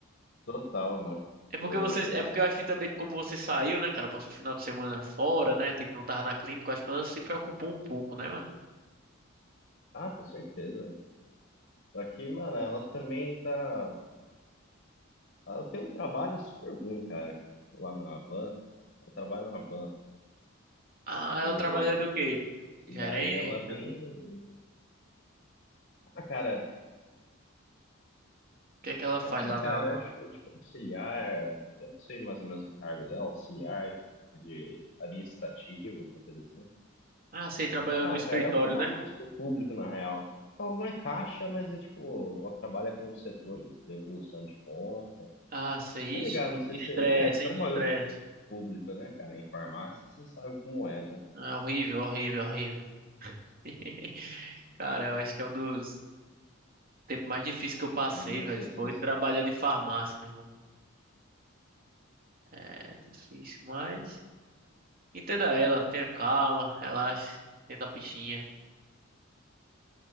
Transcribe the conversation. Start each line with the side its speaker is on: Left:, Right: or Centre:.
Left: Total, mano.
Right: É porque
Left: E-
Right: você, é porque
Left: e-
Right: eu acho que também como você saiu, né, cara, passou o final de semana fora, né, tipo, não tava na clínica, eu acho que ela se preocupou um pouco, né, mano?
Left: Ah, com certeza. Só que, mano, ela também tá. Ela tem um trabalho super ruim, cara, lá na Havan. Ela trabalha na van.
Right: Ah, ela
Left: E,
Right: trabalha do quê? Gerente?
Left: e daí ela é bem.
Right: O
Left: Ah, cara,
Right: que é que ela
Left: é,
Right: faz lá
Left: cara,
Right: na van?
Left: acho que tipo, auxiliar. Eu não sei mais ou menos o cargo dela, auxiliar, administrativo, alguma coisa assim.
Right: Ah, sei, trabalhou
Left: Ah,
Right: no escritório,
Left: cara, ela trabalha
Right: né?
Left: mais com o público, na real. Ela não é caixa, mas é tipo, ela trabalha com o setor de devolução de compra.
Right: Ah, sei,
Left: Tá ligado?
Right: ixi,
Left: Não sei
Right: estresse,
Left: se. É, você trabalhou
Right: hein? Estresse.
Left: com o público, né, cara? Em farmácia, você sabe como é, né?
Right: Ah, horrível, horrível, horrível. <laughs> Cara, eu acho que é um dos tempos mais difíceis que eu passei,
Left: Não
Right: velho.
Left: sei se
Right: Foi
Left: você
Right: trabalhando em farmácia, meu irmão. É difícil, mas entenda ela, tenha calma, relaxe, entenda a pichinha.